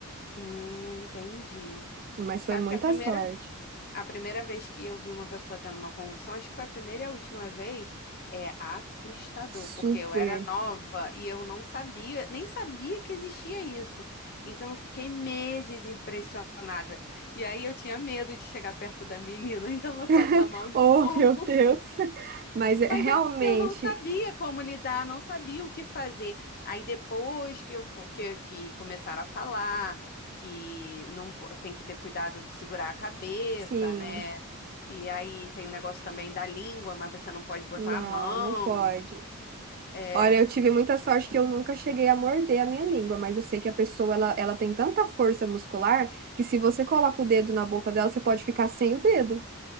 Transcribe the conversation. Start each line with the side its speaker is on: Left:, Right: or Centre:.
Left: Hum, entendi.
Right: Mas
Left: Sabe
Right: foi muita
Left: que a primeira.
Right: sorte.
Left: A primeira vez que eu vi uma pessoa tendo uma convulsão, acho que foi a primeira e a última vez, é assustador,
Right: Super.
Left: porque eu era nova e eu não sabia, nem sabia que existia isso. Então eu fiquei meses impressionada. E aí eu tinha medo de chegar perto da menina <laughs> e ela passar
Right: <laughs>
Left: mal de
Right: Oh,
Left: novo.
Right: meu Deus. Mas é-
Left: Mas
Right: realmente,
Left: é porque eu não sabia como lidar, não sabia o que fazer. Aí depois que eu for, que, que começaram a falar que não po- tem que ter cuidado, segurar a cabeça,
Right: sim,
Left: né? E aí tem o negócio também da língua, mas você não pode botar
Right: não,
Left: a mão.
Right: não pode.
Left: É,
Right: Olha, eu tive muita sorte que eu nunca cheguei a morder a minha língua, mas eu sei que a pessoa ela, ela tem tanta força muscular que se você coloca o dedo na boca dela, você pode ficar sem o dedo.